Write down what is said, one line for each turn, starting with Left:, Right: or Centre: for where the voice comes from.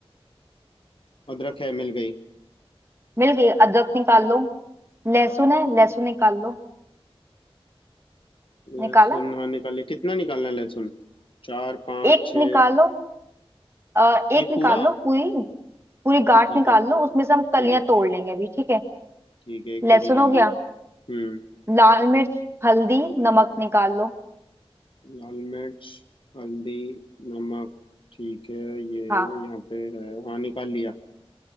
Left: अदरक है मिल गई
Right: मिल गई अदरक निकाल लो लहसुन है लहसुन निकाल लो
Left: लहसुन
Right: निकाला
Left: हाँ निकाल लिया कितना निकालना है लहसुन चार पाँच
Right: एक
Left: छः
Right: निकालो अ, एक
Left: एक
Right: निकाल
Left: पूरा
Right: लो पूरी पूरी
Left: अच्छा
Right: गांठ
Left: ठीक
Right: निकाल
Left: है
Right: लो उसमें से हम कलियां
Left: ठीक है
Right: तोड़ लेंगे अभी ठीक है
Left: ठीक है एक पूरी
Right: लहसुन
Left: ले
Right: हो
Left: ली
Right: गया
Left: हम्म
Right: लाल मिर्च हल्दी नमक निकाल लो
Left: लाल मिर्च हल्दी नमक ठीक है ये
Right: हाँ
Left: यहाँ पे है हाँ निकाल लिया